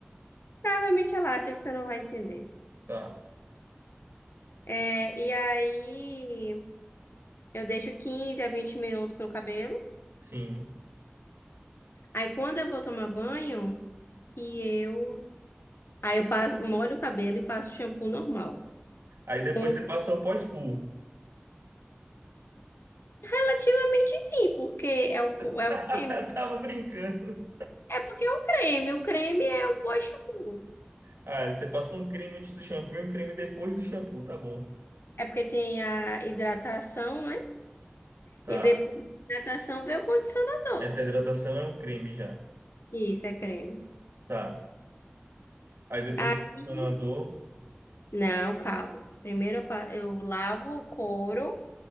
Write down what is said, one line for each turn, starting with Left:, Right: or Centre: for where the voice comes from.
Left: Provavelmente ela acha que você não vai entender.
Right: Tá.
Left: É, e aí eu deixo 15 a 20 minutos no cabelo.
Right: Sim.
Left: Aí quando eu vou tomar banho, que eu Aí eu passo, molho o cabelo e passo shampoo normal.
Right: Aí depois
Left: Hum,
Right: você passou pós-poo.
Left: Relativamente sim, porque é o,
Right: <laughs>
Left: é o creme.
Right: Eu tava brincando.
Left: É porque é o creme. O creme é o pós-shampoo.
Right: Ah, você passou um creme antes do shampoo e um creme depois do shampoo, tá bom.
Left: É porque tem a hidratação, né?
Right: Tá.
Left: E depois da hidratação vem o condicionador.
Right: Essa hidratação é um creme já.
Left: Isso, é creme.
Right: Tá. Aí depois
Left: Aí,
Right: o condicionador.
Left: não, calma. Primeiro eu, pa- eu lavo o couro